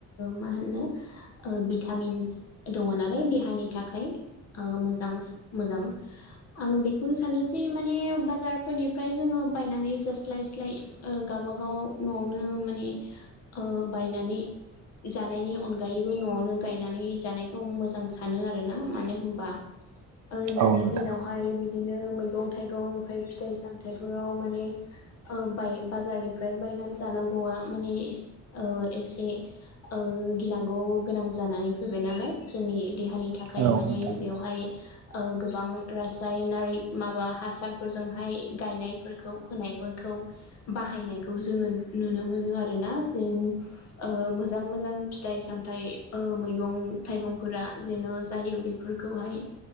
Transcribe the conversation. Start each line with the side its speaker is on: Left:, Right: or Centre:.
Left: मा होनो बिथां भिटामिन दङ नालाय देहानि थाखाय। ओ मोजां मोजां आं बेखौनो सानो जे माने बाजारफोरनिफ्राय जोङो बायनानै जास्लायस्लाय गावबागावाव न'आवनो माने ओ बायनानै जानायनि अनगायैबो न'आवनो गायनानै जानायखौ मोजां सानो आरोना मानो होनबा ओ दानि
Right: औ नोंथां
Left: दिनावहाय बिदि बिदिनो मैगं-थाइगं ओमफ्राय फिथाइ-सामथाइफोराव माने बाय बाजारनिफ्राय बाय नानै जागांगौआ माने ओ एसे ओ गिनांगौ गोनां जानानै फैबाय नालाय जोंनि देहानि थाखाय
Right: औ
Left: माने
Right: नोंथां
Left: बेवहाय ओ गोबां रासायनारि माबा हासारफोरजोंहाय गायनायफोरखौ फोनायफोरखौ बाहायनायखौ जोङो नुनो मोनो आरो ना जों ओ मोजां मोजां फिथाइ सामथाइ ओ मैगं थाइगंफोरा जेन' जायो बेफोरखौहाय